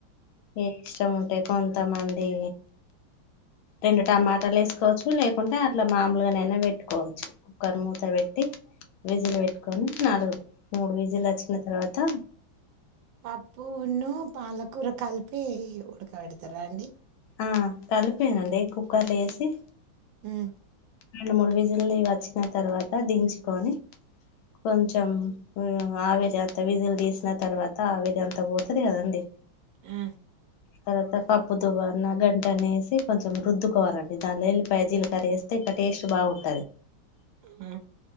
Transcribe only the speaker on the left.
ఏ ఇష్టం ఉంటే కొంతమంది రెండు టమాటాలు వేసుకోవచ్చు లేకుంటే అట్లా మామూలుగానైనా పెట్టుకోవచ్చు కుక్కర్ మూత పెట్టి విజిలు పెట్టుకొని నాలుగు మూడు విజిలు వచ్చిన తర్వాత
ఆ కలిపోయానండి కుక్కర్లు వేసి
రెండు మూడు విజులు వచ్చిన తర్వాత దించుకొని కొంచం ఆవిరి అంత విజిలు తీసిన తర్వాత ఆవిరింత ంత పోతుది కదా అండి
తర్వాత కప్పు దు్వన్న గంటనేేసి కొంచెం రుద్దుకోవాలండి దాలో ఉల్లిపాయ జీలకర్ర వేస్తే టేస్ట్ బాగుంది